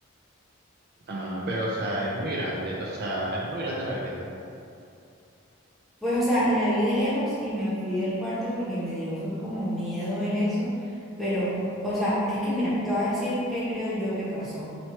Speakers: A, on the right; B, in the centre.
A: Ah, pero o sea, es muy grande, o sea, es muy grande la grieta.
B: Pues, o sea, la vi de lejos y me fui del cuarto porque me dio, fue como miedo ver eso, pero, o sea, es que mira, te voy a decir qué creo yo que pasó. O